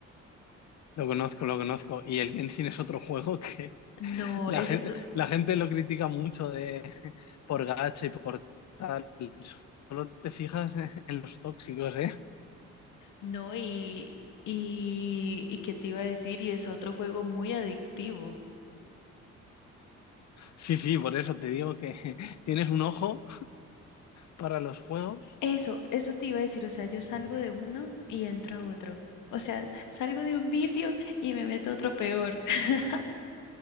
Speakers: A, on the left; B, on the left.
A: Lo conozco, lo conozco. Y el Genshin es otro juego que
B: No,
A: <laughs> la
B: ese
A: gente,
B: es
A: la gente lo critica mucho de por gacha y por tal. Solo te fijas en los tóxicos, ¿eh?
B: no, y, y, y qué te iba a decir, y es otro juego muy adictivo.
A: Sí, sí, por eso te digo que <laughs> tienes un ojo para los juegos.
B: Eso, eso te iba a decir, o sea, yo salgo de uno y entro a otro. O sea, salgo de un vicio y me meto a otro peor. <laughs>